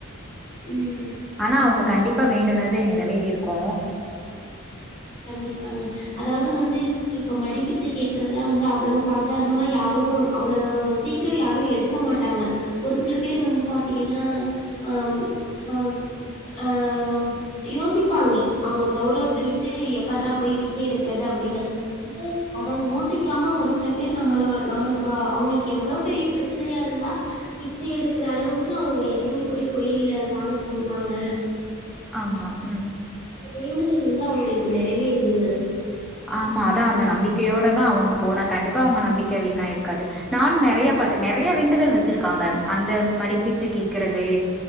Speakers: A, on the left; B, in the centre.
A: ம்
B: ஆனா அவங்க கண்டிப்பா வேண்டுனதே நெறவேறிருக்கு
A: கண்டிப்பாங்க அதாவது வந்து இப்ப மடிப்பிச்ச கேக்குறதுல வந்து அவ்வளோ சாதாரணமா யாரு அவ்வளோ சீக்ர யாரு எடுக் இருக்க மாட்டாங்க ஒரு சில பேர் வந்து பாத்தீங்கன்னா அம் அம் ஆஆஆ யோசிப்பாங்க அவுங்க கௌரவத்த விட்டு ட்டு எப்பறா போயி பிச்ச எடுக்குறது அப்டின்னு ந்து அத யோசிக்காம ஒரு சில பேர் நம்மளவெ நம்மளுக்கு அவங்ளுக் எவ்வளவ் பெரிய ப்ரச்சனையா இருந்தா பிச்ச எடுக்குற அளவுக்கு அவுங்க இறங்கி போயி கோயில்ல சாமி கும்புடுவாங்க
B: ஆம்மா உம்
A: வேண்டுதல் வந்து அவங்ளுக்கு நெறவேறுதுங்க
B: ஆம்மா அதா அந்த நம்பிக்கையோட தா அவுங்க போறன் கண்டிப்பா அவங்க நம்பிக்கை வீணாயிருக்காது நானு நெறையா பாத்தே நெறையா வேண்டுதல் வெச்சிருக்காங்க அந்த மடிப்பிச்ச கேக்குறது